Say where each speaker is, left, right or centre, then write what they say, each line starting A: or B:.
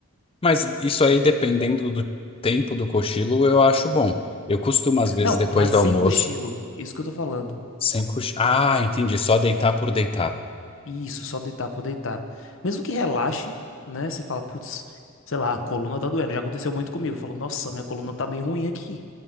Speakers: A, on the left (about 25°); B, on the left (about 60°).
A: mas isso aí, dependendo do tempo do cochilo, eu acho bom. Eu costumo, às vezes,
B: Não,
A: depois
B: mas
A: do
B: sem
A: almoço.
B: cochilo. Isso que eu tô falando.
A: Sem cochar. Ah, entendi. Só deitar por deitar.
B: Isso, só deitar por deitar. Mesmo que relaxe, né? Você fala, putz, sei lá, a coluna tá doendo. Já aconteceu muito comigo. Eu falo, nossa, minha coluna tá meio ruim aqui.